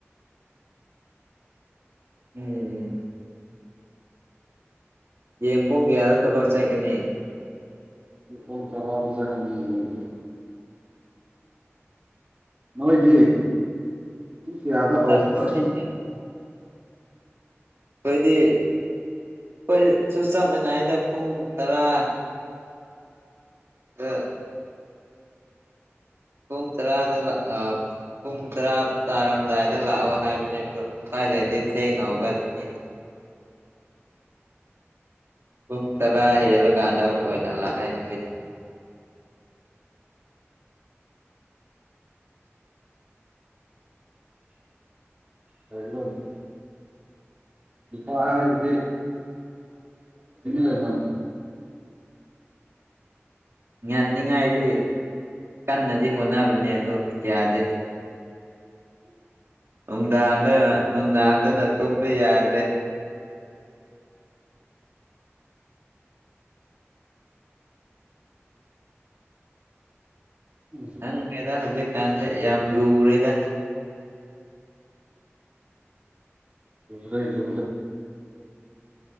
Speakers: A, on the right; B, on the right.
A: ꯎꯝ ꯎꯝ ꯌꯦꯡ ꯄꯨꯡ ꯀꯌꯥꯗ ꯊꯕꯛ ꯆꯠꯀꯅꯤ
B: ꯑꯩ ꯄꯨꯡ ꯇꫪꯥꯗ ꯆꯠꯀꯅꯤ ꯂꯩꯗꯤ ꯃꫭꯏꯗꯤ ꯄꯨꯡ ꯀꯥꯌꯗ ꯍꯧꯕꫪ
A: ꯑꯩꯈꯣꯏꯗꯤ ꯑꯩꯈꯣꯏꯗꯤ ꯑꯩꯈꯣꯁꯨ ꯆꯠꯀꯅ‌ꯦ ꯍꯥꯏꯗ ꯄꯨꯡ ꯇꯔꯥ ꯗ ꯄꯨꯡ ꯇꯔꯥꯗ ꯂꯥꯛ ꯑ ꯄꯨꯡ ꯇꯔꯥ ꯇꯥꯔꯝꯗꯥꯏꯗ ꯂꯥꯛꯑꯣ ꯍꯥꯏꯕꯅꯦ ꯑꯗꯣ ꯎꯨꯄꯥꯏ ꯂꯩꯇꯦ ꯊꯦꯡꯅꯍꯧꯒꯠ ꯄꯅꯤꯅ ꯎ ꯄꯨꯡ ꯇꯔꯥ ꯍꯦꯜꯂꯀꯥꯟꯗ ꯑꯣꯏꯅ ꯂꯥꯛꯑꯦ ꯑꯩꯈꯣꯏꯁꯦ
B: ꯇꯅꯤ ꯏꯄꯥꯗꯤ ꯍꯕꯗꯅꯤ ꯇꯅꯣ
A: ꯉꯅꯤꯡꯉꯥꯏꯗꯤ ꯀꯟꯅꯗꯤ ꯍꯣꯠꯅꯕꯅꯦ ꯑꯗꯣ ꯌꯥꯗꯦ ꯅꯨꯡꯗꯥꯡꯗ ꯅꯨꯡꯗꯥꯡꯗꯅ ꯇꯨꯝꯕ ꯌꯥꯗ꯭ꯔꯦ
B: ꯀꯩꯅꯣ
A: ꯅꯪꯉꯦꯗ ꯍꯧꯖꯤꯛꯀꯥꯟꯁꯦ ꯌꯥꯝ ꯂꯨꯔꯦꯗ
B: ꯔꯦ ꯂ